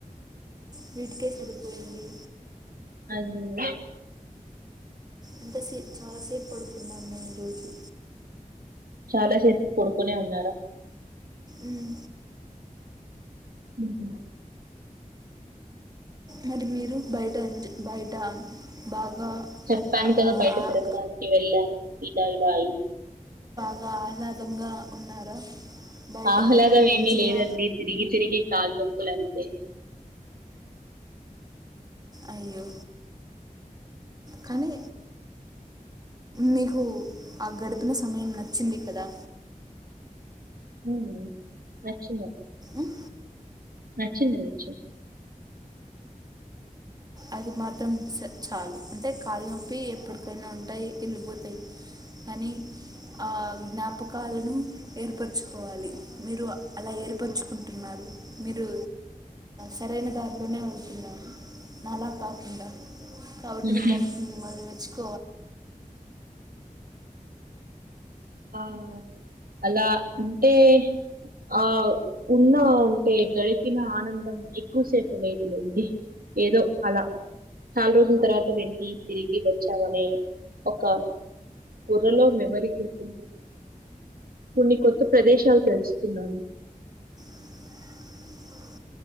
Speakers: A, on the right; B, on the right.
A: వీటికే సరిపోయింది
B: అయ్యో
A: ఎంతసే చాలాసేపు పడుకున్నా నేను ఈరోోజు
B: చాలా సేపు పడుకునేఉన్నార
A: మ్,
B: ఉ
A: మరి మీరు బయట ఎంజా బయట బాగా
B: చెప్పాను
A: ఆ,
B: కదా బయట
A: ఆ-
B: తిరగడానికి వెళ్ళాను ఇలా ఇలా అయి
A: బ ఆహ్లాదంగా ఉన్నారా బయట
B: ఆహ్లాదం
A: మంచిగా
B: ఏమీ లేదండి తిరిగి తిరిగి కాలునొప్పులంతే
A: అయ్యో కానీ మీకు ఆ గడిపిన సమయం నచ్చింది కదా
B: ఉమ్ నచింధి
A: ఉం?
B: నచ్చింది నచ్చింది
A: అది మాత్రం చ చాలు అంటే కాళ్ళ నొప్పి ఎప్పటికైనా ఉంటాయి వెళ్ళిపోతాయి కానీ ఆ జ్ఞాపకాలను ఏర్పరచుకోవాలి మీరు అలా ఏర్పరుచుకుంటున్నారు మీరు సరైన దారిలోనే వెళ్తున్నారు అలా కాకుండా కాబట్టి
B: హుహు.
A: దానికి మిమ్మల్ని మెచ్చుకు
B: ఆ అలా అంటే ఆ ఉన్న అంటే గడిపిన ఆనందం ఎక్కువ సేపు వేదులుండి ఏదో అలా చాలా రోజుల తర్వాత వెళ్ళి తిరిగి వచ్చామనే ఒక పరలో మెమరి కొడుతు కొన్ని కొత్త ప్రదేశాలు తెలుసుకుందం
A: <inaudible>